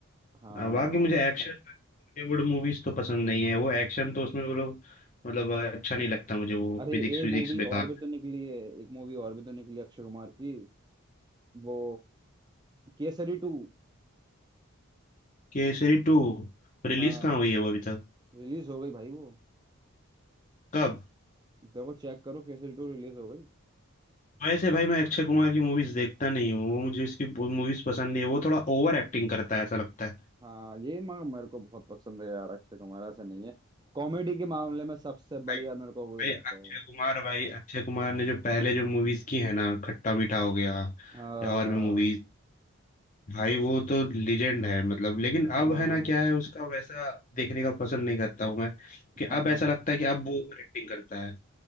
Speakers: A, on the right (about 20°); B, on the left (about 35°).
A: हाँ
B: अ, बाकी मुझे एक्शन बॉलीवुड मूवीज तो पसंद नहीं है वो एक्शन तो उसमें वो लोग मतलब अ, अच्छा नहीं लगता मुझे वो
A: अरे
B: फिजिक्स
A: एक
B: विजिक्स
A: मूवी
B: बेकार
A: और भी तो निकली है एक मूवी और भी तो निकली है अक्षय कुमार की वो केसरी टू
B: केसरी टू रिलीज
A: हाँ
B: कहाँ हुई है वो अभी तक
A: रिलीज हो गई भाई वो
B: कब
A: देखो चेक करो केसरी टू रिलीज हो गई
B: वैसे भाई मैं अक्षय कुमार की मूवीज देखता नहीं हूँ वो मुझे इसकी मूवीज पसंद नहीं है वो थोड़ा ओवर एक्टिंग करता है ऐसा लगता है
A: हाँ ये मगर मेरे को बहुत पसंद है यार अक्षय कुमार ऐसा नहीं है कॉमेडी के मामले में सबसे बढ़िया
B: भाई
A: मेरे को वही
B: भाई
A: लगता
B: अक्षय
A: है
B: कुमार भाई अक्षय कुमार ने जो पहले जो मूवीज की है ना खट्टा मीठा हो गया
A: हाँ
B: या और भी मूवीज भाई वो तो लीजेंड है मतलब लेकिन
A: हाँ
B: अब है ना क्या है उसका वैसा देखने का पसंद नहीं करता हूँ मैं कि अब
A: हाँ
B: ऐसा लगता है कि अब वो ओवर एक्टिंग करता है